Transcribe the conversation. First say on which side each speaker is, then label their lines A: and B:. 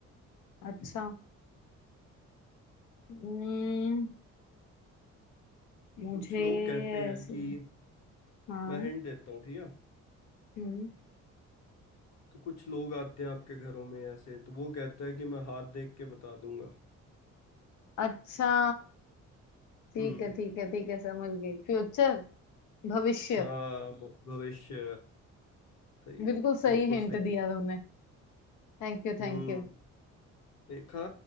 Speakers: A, on the left; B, on the left.
A: अच्छा हम्म मुझे
B: कुछ लोग कहते
A: ऐसे
B: हैं कि
A: हाँ
B: मैं हिंट देता हूँ ठीक है
A: हम्म
B: तो कुछ लोग आते हैं आपके घरों में ऐसे तो वो कहता है कि मैं हाथ देख के बता दूंगा
A: अच्छा ठीक
B: हम्म
A: है ठीक है ठीक है समझ गई फ्यूचर भविष्य
B: हाँ भ- भविष्य सही
A: बिल्कुल सही
B: बिल्कुल
A: हिंट
B: सही
A: दिया
B: जवाब
A: तुमने Thank you thank
B: हम्म
A: you
B: देखा